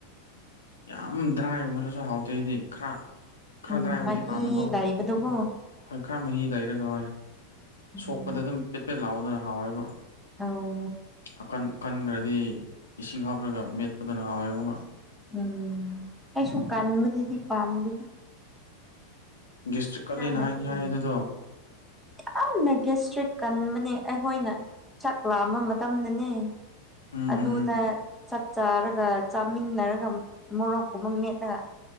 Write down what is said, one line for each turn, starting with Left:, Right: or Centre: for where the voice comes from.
Left: ꯌꯥꯝ ꯗ꯭ꯔꯥꯏ ꯑꯣꯏꯃꯜꯂꯁꯨ ꯍꯥꯎꯇꯦ ꯑꯩꯗꯤ ꯈꯔ ꯈꯔ
Centre: ꯎꯝ
Left: ꯗ꯭ꯔꯥꯏ ꯑꯣꯏꯕꯗꯤ
Centre: ꯃꯍꯤ
Left: ꯄꯥꯝꯃꯦꯀꯣ
Centre: ꯂꯩꯕꯗꯨꯀꯣ
Left: ꯍꯣꯏ ꯈꯔ ꯃꯍꯤ ꯂꯩꯔꯒ ꯍꯣꯏ
Centre: ꯎꯝ
Left: ꯁꯣꯛꯄꯗ ꯑꯗꯨꯝ ꯄꯦꯠ ꯄꯦꯠ ꯂꯥꯎꯕꯗ ꯍꯥꯎꯋꯦꯕ
Centre: ꯑꯧ
Left: ꯑꯀꯟ ꯀꯟꯒ꯭ꯔꯗꯤ ꯏꯁꯤꯡ ꯍꯥꯞꯔꯒ ꯃꯦꯠꯄꯗꯨꯅ ꯍꯥꯎꯋꯦ ꯑꯃꯨꯛꯒ
Centre: ꯎꯝ ꯑꯩꯁꯨ ꯀꯟꯕꯗꯨꯗꯤ ꯄꯥꯝꯗꯦꯗ
Left: ꯒꯦꯁꯇ꯭ꯔꯤꯛ ꯀꯜꯂꯦꯅ
Centre: ꯈꯔ ꯃꯍꯤ
Left: ꯍꯥꯏꯗꯤ ꯍꯥꯏ
Centre: ꯂꯩ
Left: ꯑꯗꯨꯗꯣ
Centre: ꯌꯥꯝꯅ ꯒꯦꯁꯇ꯭ꯔꯤꯛ ꯀꯟꯕꯅꯦ ꯑꯩꯍꯣꯏꯅ ꯆꯥꯛ ꯂꯥꯝꯕ ꯃꯇꯝꯗꯅꯦ
Left: ꯎꯝ
Centre: ꯑꯗꯨꯗ
Left: ꯎꯝ ꯎꯝ
Centre: ꯆꯥꯛ ꯆꯥꯔꯒ ꯆꯥꯃꯤꯟꯅꯔꯒ ꯃꯣꯔꯣꯛꯀꯨꯝꯕ ꯃꯦꯠꯂꯒ